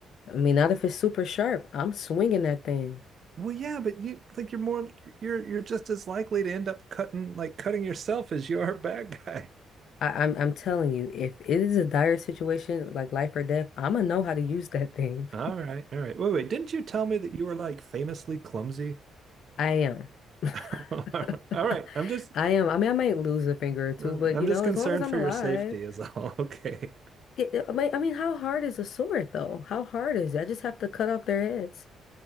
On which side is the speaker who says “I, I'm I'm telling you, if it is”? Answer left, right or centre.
Left